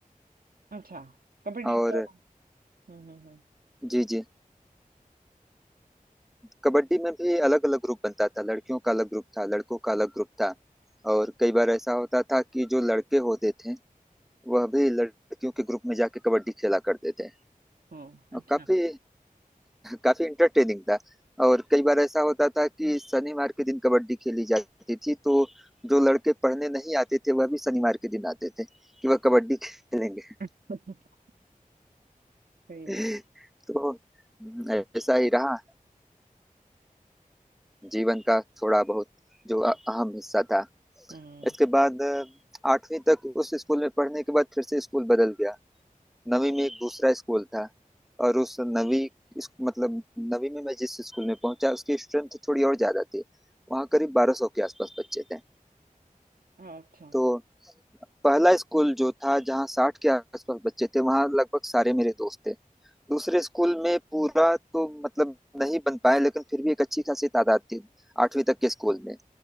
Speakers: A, on the right (about 90°); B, in the centre.
A: अच्छा कबड्डी
B: और
A: तो हम्म हम्म
B: जी जी कबड्डी में भी अलग अलग ग्रुप बनता था लड़कियों का अलग ग्रुप था लड़कों का अलग ग्रुप था और कई बार ऐसा होता था कि जो लड़के होते थे वह भी लड़कियों के ग्रुप में जाके कबड्डी खेला करते थे
A: हम्म ओ
B: और
A: अच्छा
B: काफी काफी इंटरटेनिंग था और कई बार ऐसा होता था कि शनिवार के दिन कबड्डी खेली जाती थी तो जो लड़के पढ़ने नहीं आते थे वह भी शनिवार के दिन आते थे कि वह कबड्डी खेलेंगे
A: <laughs> सही
B: <laughs>
A: है
B: तो ऐसा ही रहा जीवन का थोड़ा बहुत जो अ- अहम हिस्सा था
A: हम्म
B: इसके बाद अ, आठवीं तक उस स्कूल में पढ़ने के बाद फिर से स्कूल बदल गया नवीं में एक दूसरा स्कूल था और उस नवीं इस- मतलब नवीं में मैं जिस स्कूल में पहुंचा उसकी स्ट्रेंथ थोड़ी और ज्यादा थी वहाँ करीब बारह सौ के आसपास बच्चे थे
A: अच्छा
B: तो पहला स्कूल जो था जहाँ साठ के आसपास बच्चे थे वहाँ लगभग सारे मेरे दोस्त थे दूसरे स्कूल में पूरा तो मतलब नहीं बन पाया लेकिन फिर भी एक अच्छी खासी तादाद थी आठवीं तक के स्कूल में